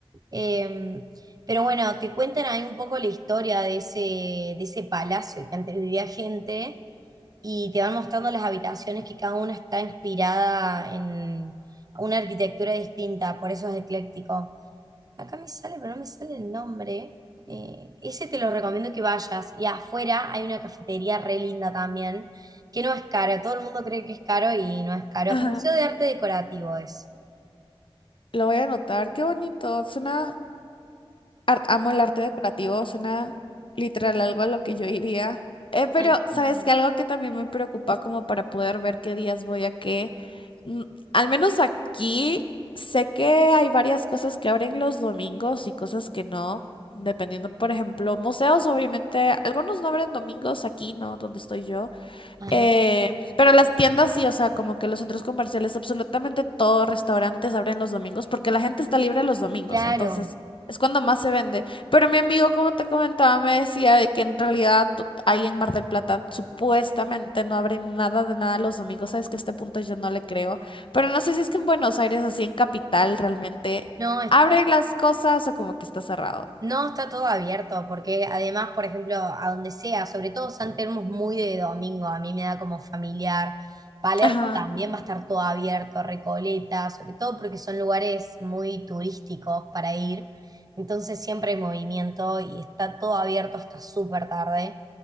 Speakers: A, on the right (about 40°); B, on the left (about 60°).
A: Eh, pero bueno, te cuentan ahí un poco la historia de ese, de ese palacio que antes vivía gente y te van mostrando las habitaciones que cada una está inspirada en una arquitectura distinta, por eso es ecléctico. Acá me sale, pero no me sale el nombre. Eh, ese te lo recomiendo que vayas. Y afuera hay una cafetería re linda también, que no es cara. Todo el mundo cree que es caro y no es caro.
B: Ajá,
A: Museo de Arte Decorativo es.
B: lo voy a anotar, qué bonito, suena, ar- amo el arte decorativo, suena literal algo a lo que yo iría. Eh, pero,
A: Ay, qué
B: ¿sabes
A: lindo.
B: qué? Algo que también me preocupa como para poder ver qué días voy a qué. Mm, al menos aquí sé que hay varias cosas que abren los domingos y cosas que no. Dependiendo, por ejemplo, museos, obviamente, algunos no abren domingos aquí, ¿no? Donde estoy yo.
A: Ajá,
B: Eh, pero las tiendas sí, o sea, como que los centros comerciales, absolutamente todos restaurantes abren los domingos porque la gente está libre los domingos,
A: claro.
B: entonces es cuando más se vende. Pero mi amigo, como te comentaba, me decía de que en realidad ahí en Mar del Plata supuestamente no abren nada de nada los domingos, sabes que a este punto yo no le creo, pero no sé si es que en Buenos Aires, así en capital, realmente
A: No, está
B: abren las cosas o como que está cerrado.
A: No, está todo abierto, porque además, por ejemplo, a donde sea, sobre todo San Telmo es muy de domingo, a mí me da como familiar. Palermo
B: Ajá.
A: también va a estar todo abierto, Recoleta, sobre todo porque son lugares muy turísticos para ir. Entonces siempre hay movimiento y está todo abierto hasta súper tarde.